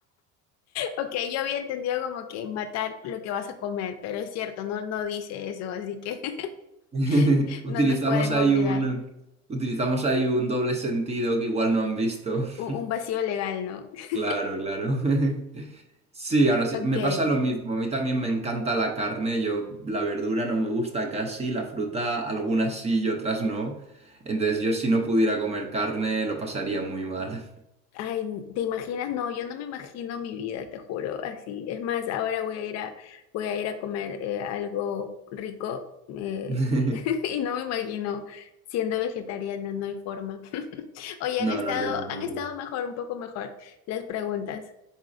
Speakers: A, on the left (about 50°); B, on the right (about 20°).
A: Ok, yo había entendido como que matar lo que vas a comer, pero es cierto, no, no dice eso, así que <laughs>
B: <laughs> Utilizamos
A: no nos pueden
B: ahí
A: obligar.
B: un, utilizamos ahí un doble sentido que igual no han visto. <laughs>
A: Un, un vacío legal, ¿no? <laughs>
B: Claro, claro. <laughs> Sí, ahora sí,
A: Ok.
B: me pasa lo mismo. A mí también me encanta la carne. Yo la verdura no me gusta casi, la fruta algunas sí y otras no. Entonces yo si no pudiera comer carne lo pasaría muy mal.
A: Ay, ¿te imaginas? No, yo no me imagino mi vida, te juro, así. Es más, ahora voy a ir a, voy a ir a comer eh, algo rico eh,
B: <laughs>
A: <laughs> y no me imagino siendo vegetariana, no hay forma. <laughs> Oye,
B: No,
A: han estado,
B: no, yo no podría.
A: han estado mejor, un poco mejor las preguntas.